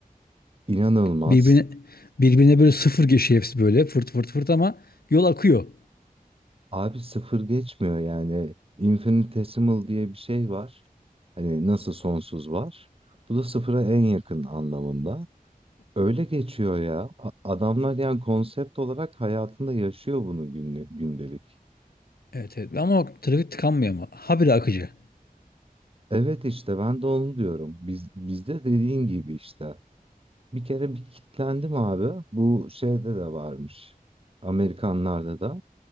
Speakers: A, on the right (about 40°); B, on the left (about 85°).
A: inanılmaz.
B: Birbirine, birbirine böyle sıfır geçiyor hepsi böyle fırt fırt fırt ama yol akıyor.
A: Abi sıfır geçmiyor yani. Infinitesimal diye bir şey var. Hani nasıl sonsuz var. Bu da sıfıra en yakın anlamında. Öyle geçiyor ya. A- Adamlar yani konsept olarak hayatında yaşıyor bunu günlük, gündelik.
B: Evet evet ama o trafik tıkanmıyor ama habire akıcı.
A: Evet işte ben de onu diyorum. Biz, bizde dediğin gibi işte. Bir kere bir kitlendim abi. Bu şeyde de varmış. Amerikanlarda da.